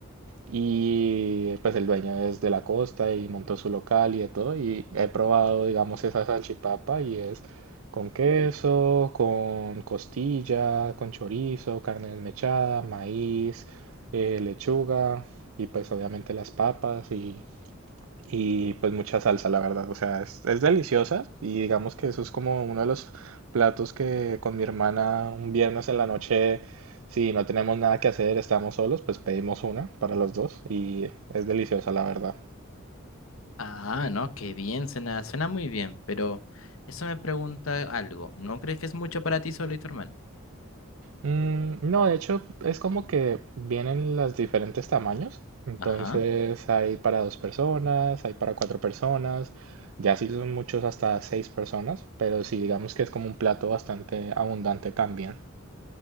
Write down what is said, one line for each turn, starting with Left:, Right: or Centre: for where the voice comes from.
Right: y pues el dueño es de la costa y montó su local y de todo. Y he probado, digamos, esa salchipapa y es con queso, con costilla, con chorizo, carne desmechada, maíz, eh, lechuga y pues obviamente las papas y y pues mucha salsa, la verdad. O sea, es, es deliciosa y digamos que eso es como uno de los platos que con mi hermana un viernes en la noche, si no tenemos nada que hacer, estamos solos, pues pedimos una para los dos y es deliciosa, la verdad.
Left: Ah, no, qué bien, suena, suena muy bien, pero eso me pregunta algo. ¿No crees que es mucho para ti solo y tu hermano?
Right: Mm, no, de hecho es como que vienen los diferentes tamaños. Entonces
Left: Ajá.
Right: hay para dos personas, hay para cuatro personas, ya si son muchos hasta seis personas, pero sí digamos que es como un plato bastante abundante también.